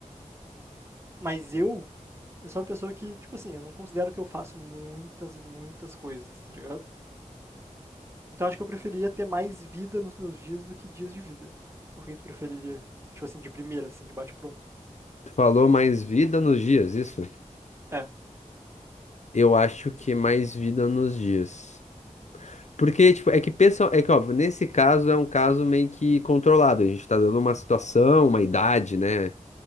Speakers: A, on the right; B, on the left.
A: Mas eu, eu sou uma pessoa que, tipo assim, eu não considero que eu faço muitas e muitas coisas, tá ligado? Então acho que eu preferia ter mais vida nos meus dias do que dias de vida. O que tu preferiria? Tipo assim, de primeira, assim, de bate-pronto.
B: Tu falou mais vida nos dias, isso?
A: É,
B: Eu acho que mais vida nos dias. Porque, tipo, é que pessoal, é que, óbvio, nesse caso é um caso meio que controlado. A gente tá dando uma situação, uma idade, né?